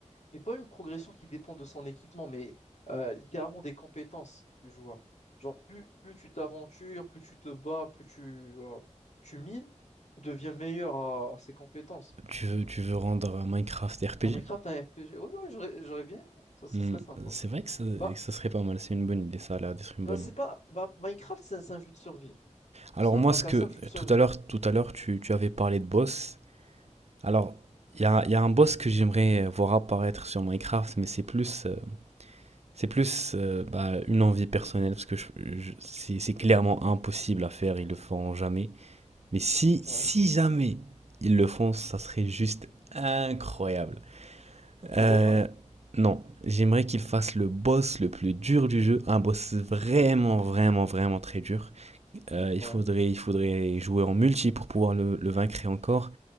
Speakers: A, on the left; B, on the right.
A: mais pas une progression qui dépend de son équipement, mais euh, littéralement des compétences du joueur. Genre, plus, plus tu t'aventures, plus tu te bats, plus tu, euh, tu mines, tu deviens meilleur à, à ses compétences.
B: Tu veux, tu veux rendre Minecraft RPG?
A: Un Minecraft, un RPG, ouais, ouais, j'aurais, j'aurais bien aimé, ça, ça
B: Hmm,
A: serait sympa.
B: C'est vrai que ça, que
A: Bah,
B: ça serait pas mal, c'est une bonne idée, ça a l'air d'être une
A: bah
B: bonne
A: c'est
B: idée.
A: pas. Bah, Minecraft, c'est un, c'est un jeu de survie.
B: Alors
A: C'est un
B: moi,
A: bac
B: ce que
A: à sable jeu de survie.
B: tout à l'heure, tout à l'heure, tu, tu avais parlé de boss. Alors, il y a, il y a un boss que j'aimerais voir apparaître sur Minecraft, mais c'est plus, euh, c'est plus euh, bah, une envie personnelle, parce que je- je- c'est, c'est clairement impossible à faire, ils le feront jamais. Mais si, si
A: Ouais.
B: jamais ils le font, ça serait juste incroyable.
A: Herobrine,
B: Euh, non, j'aimerais qu'il fasse le boss le plus dur du jeu, un boss vraiment, vraiment, vraiment très dur. Euh, il
A: ouais.
B: faudrait, il faudrait jouer en multi pour pouvoir le, le vaincre et encore.